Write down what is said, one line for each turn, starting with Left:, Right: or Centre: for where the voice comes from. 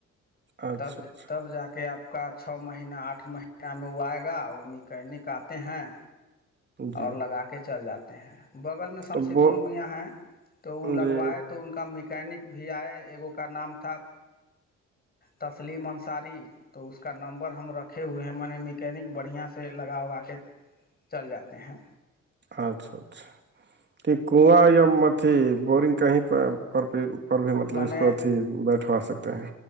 Right: اچھا
Left: تب ج
Right: اچھا
Left: تب جا کے آپ آ کا چھ مہینہ آٹھ مہینہ میں وہ آئے گا وہ میکینک آتے ہیں
Right: جی
Left: اور لگا کے چل جاتے ہیں بغل میں شمش
Right: تو وہ
Left: دون میاں ہیں تو وہ لگوائے
Right: جی
Left: تو ان کا میکینک بھی آئے ایگو کا نام تھا تسلیم انصاری تو اس کا نمبر ہم رکھ رکھے ہوئے ہیں میں نے میکینک بڑھیاں سے لگا اگا کے چل جاتے ہیں
Right: اچھا اچھا کو یا م اھی بورنگ کہیں پر پر پر بھی مطلب
Left: میں نے
Right: اس کو اھی بیٹھوا سکتے ہیں